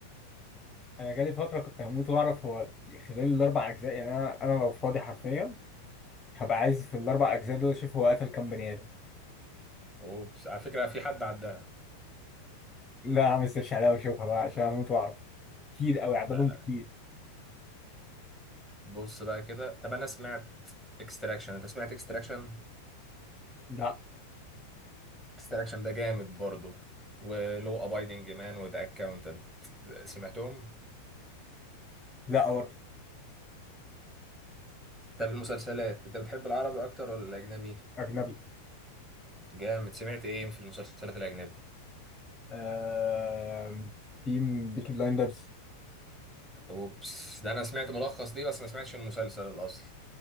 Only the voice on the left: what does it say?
انا جالي فتره كنت هموت واعرف هو خلال الاربع اجزاء يعني انا انا لو فاضي حرفيا هبقى عايز في الاربع اجزاء دول اشوف هو قتل كام بني ادم
لا اعمل سيرش عليها واشوفها بقى عشان هموت واعرف كتير قوي عددهم
كتير
لا
لا برضه
اجنبي
آه... في بيكي بلايندرز